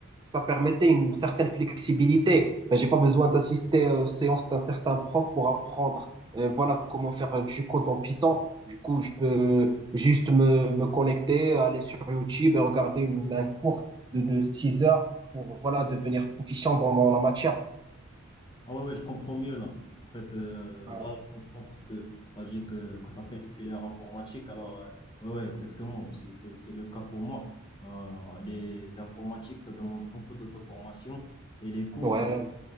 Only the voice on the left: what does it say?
Ah ouais, ouais, je comprends mieux là. En fait, euh,
là, je comprends parce que tu as dit que quand tu as fait une filière informatique, alors, euh, ouais, ouais, exactement, c'est c'est- c'est le cas pour moi. Euh, les, l'informatique, ça demande beaucoup d'auto-formation et les cours,
ça,